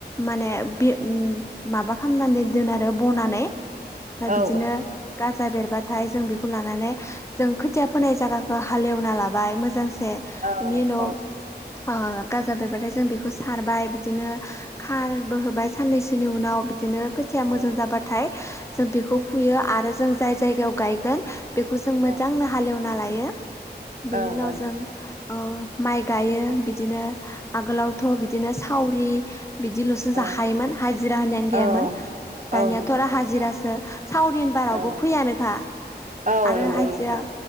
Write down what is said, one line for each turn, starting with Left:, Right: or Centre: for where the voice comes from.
Left: माने बे माबा खालामनानै दोन आरो बनानै ओमफ्राय
Right: औ
Left: बिदिनो गाजा बेरबा नाथाय जों बेखौ लानानै जों खोथिया फोनाय जागाखौ हालेवना लाबाय मोजां बेनि
Right: औ
Left: उनाव
Right: औ
Left: ओ गाजा बेरबाथाय जों बेखौ सारबाय बिदिनो खारबो होबाय साननैसोनि उनाव बिदिनो बिनो खोथिया
Right: औ
Left: मोजां जाबाथाय जों बेखौ फुयो आरो जों जाय जायगायाव गायगोन बेखौ जों मोजांनो
Right: औ
Left: हालएवना लायो
Right: औ
Left: बेनि उनाव जों
Right: नंगौ नोंथां।
Left: ओ माइ गायो बिदिनो आगोलावथ' बिदिनो सावरि बिदिल'सो
Right: औ
Left: जाखायोमोन हाजिरा होननायानो गैयामोन
Right: औ
Left: दानियाथ'
Right: औ नंगौ
Left: आरो
Right: नोंथां
Left: हाजिरासो सावरि होनबा रावबो
Right: औ
Left: फोयानोखा फैयानोखा
Right: औ
Left: आरो
Right: नंगौ
Left: हाजिरा
Right: नोंथां